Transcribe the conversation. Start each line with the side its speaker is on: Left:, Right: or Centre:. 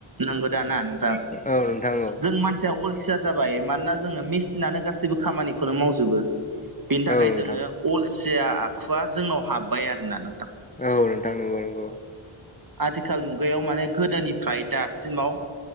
Right: नोंगौ दा ना नोंथां
Left: औ नोंथां औ
Right: जों मानसिया अलसिया जाबाय मानोना जोङो मेसिननो गासैबो खामानिखौनो मावजोबो बे बिनि थाखाय
Left: औ नोंथां
Right: जोङो अलसिया आखुवा जोंनाव हाब्बाय आरोना नोंथां
Left: औ नोंथां नंगौ नंगौ।
Right: आथिखाल मुगायाव माने गोदोनिफ्राय दासिमाव